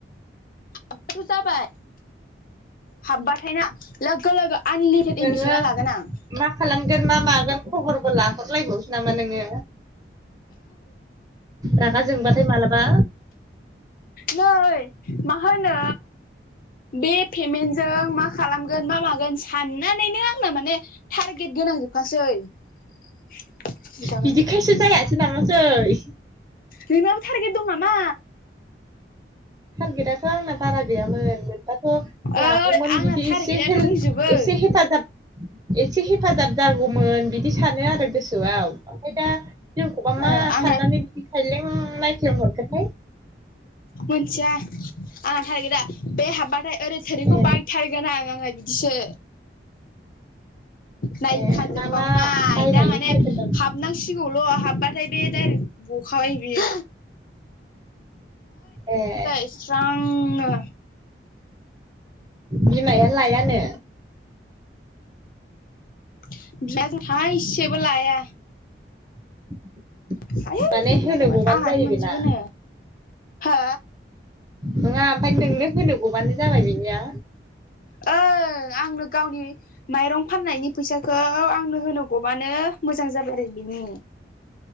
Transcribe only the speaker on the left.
हाबबाथ' जाबाय। हाबबाथाय ना लोगो लोगो आनलिमिटेड
एम बि सोना लागोन आं।
नै मा होनो बे पेमेन्टजों मा खालाम गोन मा मागोन साननानैनो आंना माने टारगेट गोनां जोब <unintelligible>
नोंनाबो थारगेट दं नामा?
ओइ आंना
टारगेटआ
दंजोबो
ओ आंना
मोनथिया <unintelligible> बेे हाबबाथाय ओरै थोरिखौ
बायथारगोन आं आंना बिदिसो। नायखाजोबबावनाय
दा माने
हाब नांसिगौल' हाबबाथाय बे डाइरेक्ट बखाबाय बियो।
<unintelligible> स्रांनो।
<unintelligible> थाइसेबो लाया।
<unintelligible> आंहानो
मोनजोबो
नो हो
ओ आंनो गावनि माइरं फाननायनि फैसाखौ आंनो होनो गबानो मोजां जाबाय आरो बिनो।